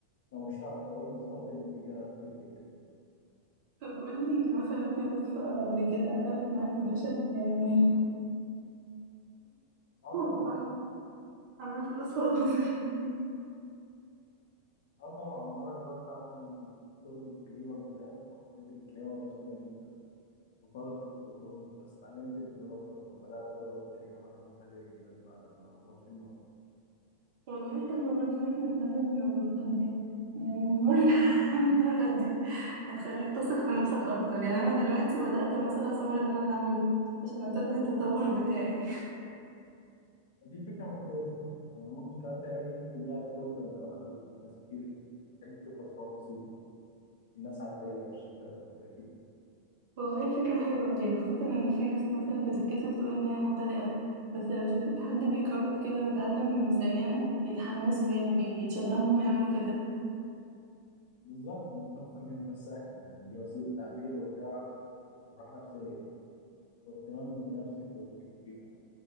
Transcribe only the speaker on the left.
لو مش هتعرف تقول بالظبط النتيجة بتفرق جدا
اه
طبعا
اه طبعا مرة جربت أعمل شوربة كريمة بالفراخ وحطيت الكريمة سخنة جدا وفرطي في الوظف بس اتعلمت من الغلطة وبدأت أزود الكريمة على نار هادية جدا بعد ما أطفي النار
دي فكرة ممتازة يعني ممكن كمان تعملي ليها كونتنت لو حبيت ناس كتير بتحب تشوف وصفات بسيطة الناس عادية والشيفات محترفين
بالظبط الطبخ مش بس أكل يعني دي وسيلة تعبير وإبداع وراحة نفسية واهتمام بنفسك واللي بتحبيهم